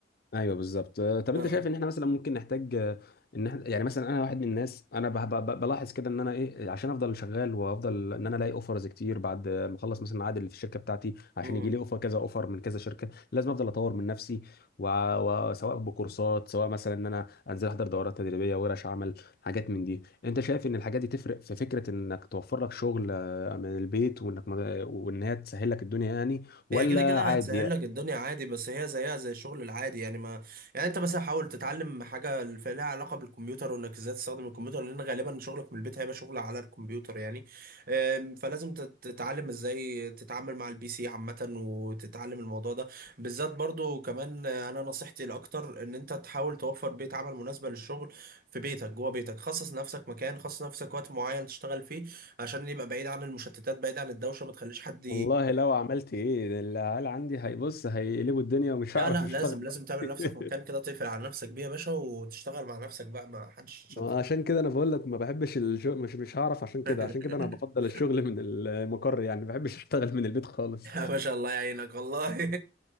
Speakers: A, on the left (about 50°); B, on the right (about 50°).
A: ايوه بالظبط آه، طب انت
B: آه.
A: شايف ان احنا مثلا ممكن نحتاج آه، ان احنا يعني مثلا انا واحد من الناس انا بح- ب- ب- بلاحظ كده ان انا ايه عشان افضل شغال وافضل ان انا الاقي اوفرز كتير بعد ما اخلص مثلا عقد اللي في الشركه بتاعتي عشان
B: مم.
A: يجي لي اوفر كذا اوفر من كذا شركه لازم افضل اطور من نفسي وع- وسواء بكورسات سواء مثلا ان انا انزل احضر دورات تدريبيه ورش عمل حاجات من دي انت شايف ان الحاجات دي تفرق في فكره انك توفر لك شغل آه، من البيت وانك ما- وان هي تسهل لك الدنيا يعني ولا
B: هي كده كده
A: عادي
B: هتسهل لك الدنيا عادي بس هي زيها زي الشغل العادي يعني ما يعني انت مثلا حاول تتعلم حاجه الف- لها علاقه بالكمبيوتر وانك ازاي تستخدم الكمبيوتر لان غالبا شغلك من البيت هيبقى شغل على الكمبيوتر يعني أم، فلازم تت- تتعلم ازاي تتعامل مع البي سي عامه وتتعلم الموضوع ده بالذات برضو كمان آه، انا نصيحتي الاكتر ان انت تحاول توفر بيئه عمل مناسبه للشغل في بيتك جوه بيتك خصص نفسك مكان خصص نفسك وقت معين تشتغل فيه عشان يبقى بعيد عن المشتتات بعيد عن الدوشه ما تخليش حد
A: والله لو عملت ايه ده العيال عندي هيبص هيقلبوا الدنيا ومش
B: لا
A: هعرف
B: لا
A: اشتغل
B: لازم لازم تعمل
A: <laughs>
B: لنفسك مكان كده تقفل على نفسك بيه يا باشا وتشتغل مع نفسك بقى ما حدش يشتت
A: ما عشان كده انا بقول لك ما بحبش الشغل مش مش هعرف عشان كده
B: <laughs>
A: عشان كده انا بفضل الشغل من المقر يعني ما بحبش اشتغل من البيت خالص
B: يا باشا الله يعينك والله